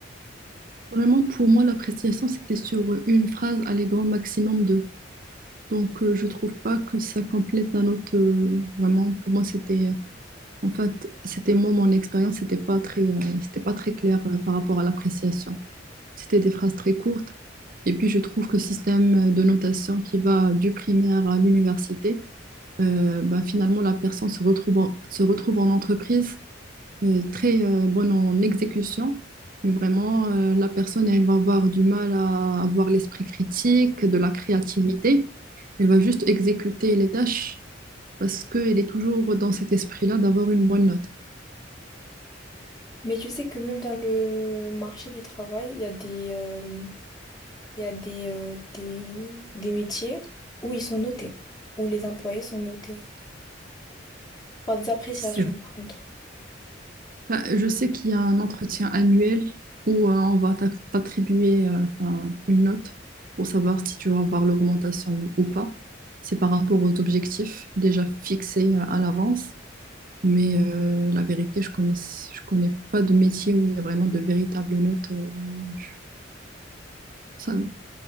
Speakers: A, on the right (about 50°); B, on the left (about 20°).
A: Vraiment, pour moi, l'appréciation, c'était sur euh, une phrase, allez, grand maximum deux. Donc, euh, je trouve pas que ça complète un autre. euh, vraiment, pour moi, c'était. euh, En fait, c'était moi, mon expérience, c'était pas très, euh, c'était pas très clair euh, par rapport à l'appréciation. C'était des phrases très courtes. Et puis, je trouve que système euh, de notation qui va du primaire à l'université, euh, bah, finalement, la personne se retrouve en, se retrouve en entreprise euh, très euh, bonne en exécution, mais vraiment, euh, la personne, elle va avoir du mal à avoir l'esprit critique, de la créativité. Elle va juste exécuter les tâches parce qu'elle est toujours dans cet esprit-là d'avoir une bonne note.
B: Mais tu sais que même dans le marché du travail, il y a des, euh, il y a des, euh, des, des métiers où ils sont notés, où les employés sont notés. par des appréciations,
A: C'est
B: par contre.
A: Bah, je sais qu'il y a un entretien annuel où euh, on va t'a- t'attribuer euh, enfin, une note pour savoir si tu vas avoir l'augmentation ou ou pas. C'est par rapport aux objectifs déjà fixés euh, à l'avance. Mais euh, la vérité, je connais, je connais pas de métier où il y a vraiment de véritables notes. euh, je- ça-